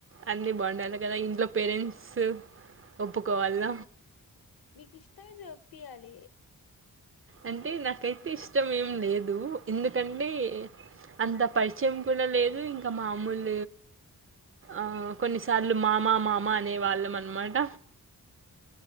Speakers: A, on the right (about 40°); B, on the left (about 80°).
A: అన్ని బాగుండాలి కదా ఇంట్లో పేరెంట్స్ ఒప్పుకోవాల్ల
B: మీకు ఇష్టమైతే ఒప్పియాలి
A: అంటే నాకైతే ఇష్టం ఏం లేదు ఎందుకంటే అంత పరిచయం కూడా లేదు ఇంక మామూల్ ఆ కొన్నిసార్లు మామ మామ అనే వాళ్ళం అన్మాట